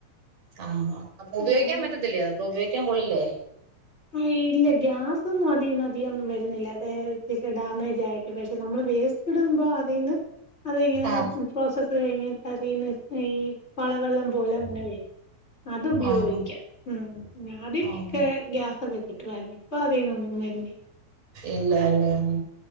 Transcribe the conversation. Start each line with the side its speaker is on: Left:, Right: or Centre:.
Right: ആഹ അപ്പൊ ഉപയോഗിക്കാൻ
Left: അങ്ങനെ
Right: പറ്റത്തില്ലേ അപ്പൊ ഉപയോഗിക്കാൻ കൊള്ളില്ലേ
Left: ആ ഇല്ല ഗ്യാസൊന്നും അധികം അധികം വരുന്നില്ല അത ഇി ഡാമേജ്ആയിട്ട് പക്ഷെ നമ്മൾ വേസ്റ്റ്‌ ഇടുമ്പോൾ അതിന് അത് ഇങ്ങനെ
Right: ആഹ്
Left: പ്രോസസ് കഴിഞ്ഞ് അതീന്ന് സേയി പളവെള്ളം പോലെ അങ്ങനെ വേരും അത് ഉപയോഗിക്കാം
Right: ആഹ്
Left: ഉം ആദ്യക്കെ
Right: ആഹ്
Left: ഗ്യാസ് അതൊക്കെ കിട്ടുവായിരുന്നു ഇപ്പൊ അതിന്നൊന്നുംവരൂലാ
Right: ഇല്ലാ അല്ല മ്